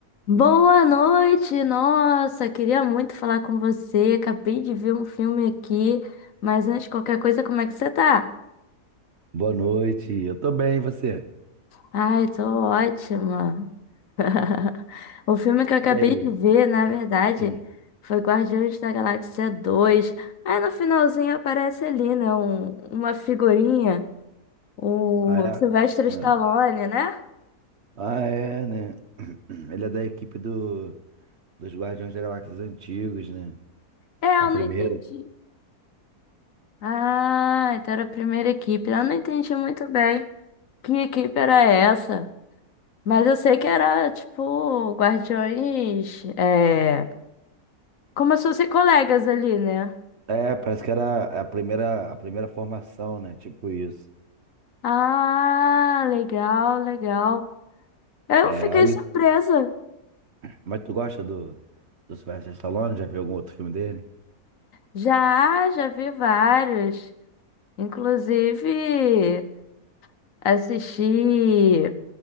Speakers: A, on the left; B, on the right.
A: Boa noite, nossa, queria muito falar com você. Acabei de ver um filme aqui, mas antes de qualquer coisa, como é que você tá?
B: Boa noite, eu tô bem, e você?
A: Ai, tô ótima. <laughs> O filme que eu acabei
B: E aí?
A: de ver, na verdade,
B: Ih.
A: foi Guardiões da Galáxia 2. Aí no finalzinho aparece ali, né, um- uma figurinha, o
B: Ah, é?
A: Sylvester
B: Ah,
A: Stallone, né?
B: Ah, é, né? <clears throat> Ele é da equipe do, dos Guardiões da Galáxia Antigos, né?
A: É, eu
B: A primeira.
A: não entendi. Ah, então era a primeira equipe. Eu não entendi muito bem que equipe era essa. Mas eu sei que era, tipo, guardiões. É... Como se fossem colegas ali, né?
B: É, parece que era a primeira, a primeira formação, né? Tipo isso.
A: Ah, legal, legal. Eu
B: É,
A: fiquei
B: aí.
A: surpresa.
B: Mas tu gosta do, do Sylvester Stallone? Já viu algum outro filme dele?
A: Já, já vi vários. Inclusive, assisti